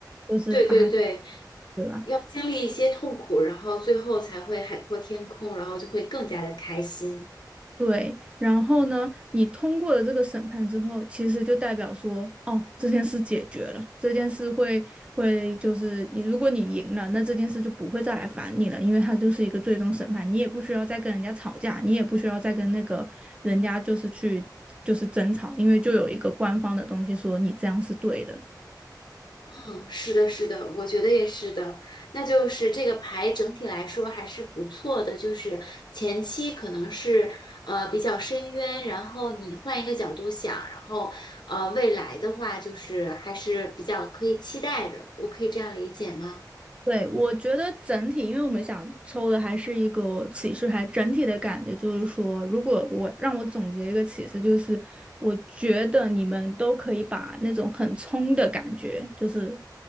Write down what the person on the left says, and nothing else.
对对对，
经历一些痛苦，然后最后才会海阔天空，然后就会更加的开心。
嗯，是的，是的，我觉得也是的。那就是这个牌整体来说还是不错的，就是前期可能是呃比较深渊，然后你换一个角度想，然后呃未来的话就是还是比较可以期待的。我可以这样理解吗？